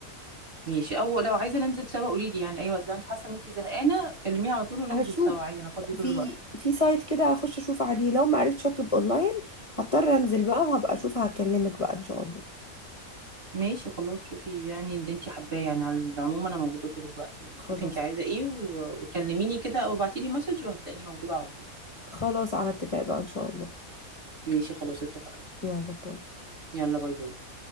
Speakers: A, on the right; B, on the left.
A: ماشي او لو عايزه ننزل سوا قولي لي يعني اي وقت لو انت حاسه ان انت زهقانه كلميني على طول وننزل
B: هشوف
A: سوا عادي انا فاضيه طول
B: في
A: الوقت
B: في سايت كده هخش أشوف عليه لو ما عرفتش أطلب أونلاين هضطر أنزل بقى وهبقى أشوفها هكلمك بقى إن شاء الله
A: ماشي خلاص شوفي يعني اللي انت حباه يعني على العموم انا موجوده طول الوقت يعني
B: خلاص
A: شوفي انت عايزه ايه و... وكلميني كده او ابعتي لي مسج وهتلاقيني موجوده على طول
B: خلاص على اتفاق بقى إن شاء الله
A: ماشي خلاص اتفقنا
B: يلا باي
A: يلا باي باي